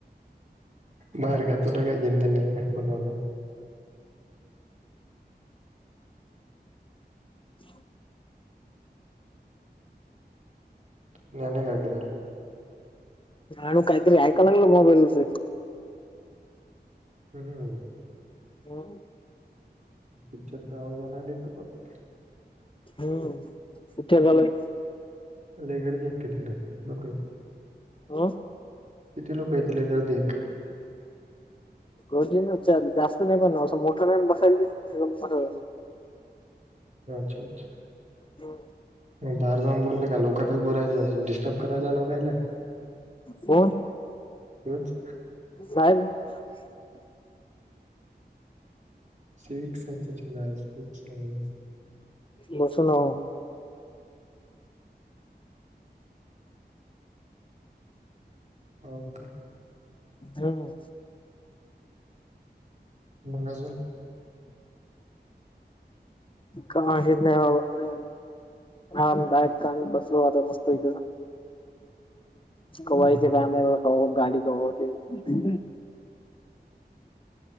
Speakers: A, on the right (about 45°); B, on the left (about 30°).
A: बाहेर काय चालायल काय देणं घेणं नाही हेड फोन लावल्यावर.
B: <unintelligible>
A: ज्ञाने काय करायला
B: आणि काहीतरी ऐकायला लागलो मोबाईलमधे.
A: हम् हम.
B: हो
A: पिक्चरचा आवाज यायला लागलाय की पण
B: हम् पिक्चर लावलय.
A: लई गर्दी आह की तिकडं लोकं येत.
B: हो.
A: लोक आहेत लय गर्दी आहे का
B: गर्दी जास्त नाही, असं पण असं मोठं नाही बसायला.
A: अच्छा अच्छा
B: हो.
A: मग बाहेर जाऊन बोलले का लोकांच बोलायचं डिस्टर्ब करायला आलोय का?
B: कोण
A: रोज
B: बाहेर ह
A: स्ट सनसच स् सन्स <unintelligible>
B: बसू ना ओ.
A: हो का.
B: हो.
A: नाही आजून.
B: का हि नाही बाबा, आमदायक काम बसलो, आता मस्त इथं. कवा
A: हम्म,
B: येते
A: हम्म,
B: काय माहित. कवा गाडी कवा येते.